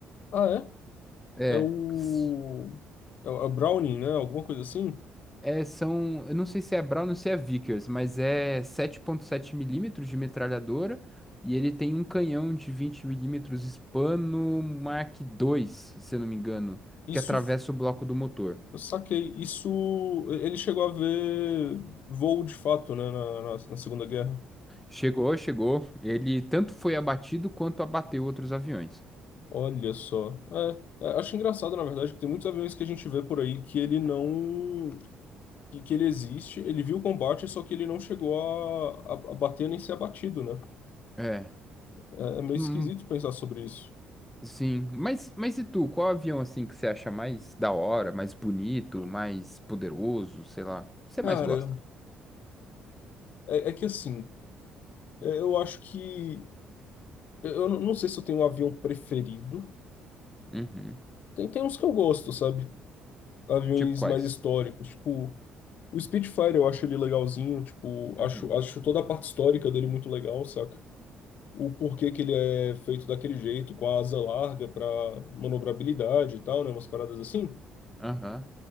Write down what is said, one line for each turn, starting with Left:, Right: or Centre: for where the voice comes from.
Left: Ah,
Centre: É,
Left: é? É o.
Centre: s-
Left: É o é o Browning, né? Alguma coisa assim?
Centre: é, são, eu não sei se é Brown ou se é Vickers, mas é sete ponto sete milímetros de metralhadora e ele tem um canhão de vinte milímetros Spano Mark dois, se eu não me engano,
Left: Isso.
Centre: que atravessa o bloco do motor.
Left: Eu saquei. Isso. Ele chegou a ver voo de fato, né? Na, na, na Segunda Guerra.
Centre: Chegou, chegou, ele tanto foi abatido quanto abateu outros aviões.
Left: Olha só. É, é, acho engraçado, na verdade, que tem muitos aviões que a gente vê por aí que ele não. Que, que ele existe, ele viu o combate, só que ele não chegou a, a, a bater nem ser abatido, né?
Centre: É.
Left: É, é meio
Centre: Hum,
Left: esquisito pensar sobre isso.
Centre: Sim, mas, mas e tu, qual avião assim que você acha mais da hora, mais bonito, mais poderoso, sei lá, que você
Left: Cara,
Centre: mais gosta?
Left: é, é que assim, é, eu acho que. Eu não não sei se eu tenho um avião preferido.
Centre: Uhum.
Left: Tem, tem uns que eu gosto, sabe? Aviões
Centre: Tipo quais?
Left: mais históricos. Tipo, o Spitfire eu acho ele legalzinho. Tipo,
Centre: Uhum.
Left: acho, acho toda a parte histórica dele muito legal, saca? O porquê que ele é feito daquele jeito, com a asa larga pra manobrabilidade e tal, né? Umas paradas assim.
Centre: Aham.